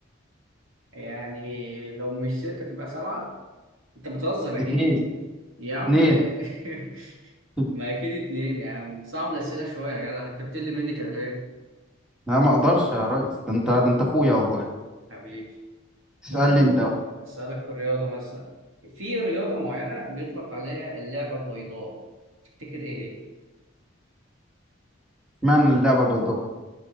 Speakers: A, on the right; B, in the centre.
A: يعني لو مش ستة تبقى سبعة انت بتهزر اكيد
B: اتنين
A: يا عم
B: اتنين
A: <laughs>
B: <laughs>
A: ما اكيد اتنين يا عم صعب الاسئلة شوية يا جدع انت بتقل مني كده ليه
B: لا ما أقدرش يا ريس ده أنت ده أنت أخويا والله
A: حبيبي
B: اسألني
A: ممكن
B: أنت بقى
A: اسألك في الرياضة مثلا في رياضة معينة بيطلق عليها اللعبة البيضاء تفتكر ايه هي
B: اشمعنى اللعبة البيضاء